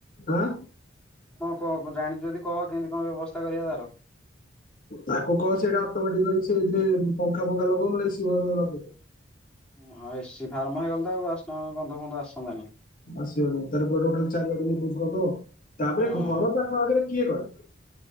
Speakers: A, on the left; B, in the centre.
A: ଆଁ
B: କ ଜାଣିଛଛନ୍ତି କହ କେମତି କଣ ବ୍ୟବସ୍ଥା କରିବା ତାର।
A: ତାକୁ କହ ସେଇଟା ଅଟୋମଟିକ ସେଥିରେ ପଖା ଫଖା ଲଗାଉ ନ ହେଲେ ଏସି ଲଗେଇ ଦଉ।
B: ହଁ ଏସିି ଫାର୍ମ ହେଇଗଲ ତ ଆଉ ଟ ଗନ୍ଧ ଫନ୍ଧ ଆସନ୍ତାନି।
A: ଆସିବନି ତାର ପ ଟୋଟାଲ ଚାରିଆଡେ ବୁଝ କ ତ
B: ହୁଁ।
A: ତାପରେ ଘର ପାଖାପଖରେ କିଏ କରେ।